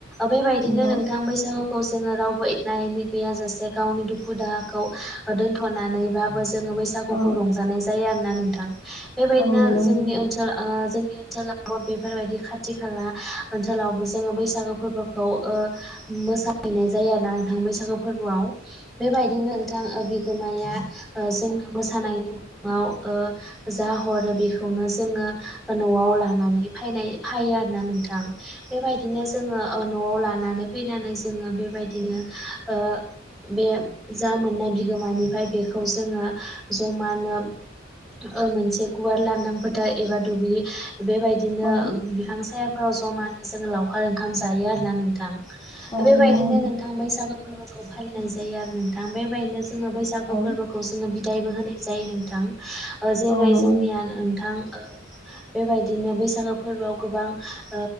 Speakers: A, in the centre; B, on the left.
A: बेबायदिनो
B: नंगौ
A: नोंथां बैसागु, खौ जों रावबो एना एनि गैयाजासे गावनि दुखु दाहाखौ दोनथ'नानै बाबो जोङो बैसागुखौ
B: औ
A: रंजानाय जायोना नोंथां बेबायदिनो
B: औ नंगौ
A: जोंनि
B: नोंथां
A: ओनसोल ओ जोंनि ओनसोलावबो बेफोरबायदि खाथि खाला ओनसोलावबो जोङो बैसागु फोरबोखौ ओ मोसाहैनाय जायो आरोना नोंथां बैसागो फोरबोआव बेबायदिनो नोंथां ओ बिगोमाया ओ जोंनो मोसानायनि मुङाव ओ जा हरो बेखौनो जोङो न'आव लानानै फायनाय फैयो आरोना नोंथां, बेबायदिनो जोङो ओ न'आव लानानै फैनानै जोङो बेबायदिनो ओ बे जा मोननाय बिगोमानिफ्राय बेखौ जोङो जमानो, ओ मोनसे गुवार लांदां फोथार एबा दुब्लि, बेबायदिनो
B: औ
A: बिफां सायाफोराव ज'मानो जोङो लावखार ओंखाम जायो आरोना नोंथां,
B: औ
A: बेबायदिनो
B: नंगौ
A: नोंथां बैसागो फोरबोखौ फालिनाय जायो। आरो नोंथां बेबायनो, जोङो बैसागु
B: औ
A: फोरबोखौ जोङो बिदायबो होनाय जायो नोंथां, जेरै
B: औ नंगौ
A: जोंनिया नोंथां ओ बेबायदिनो बैसागो फोरबोआव गोबां ओ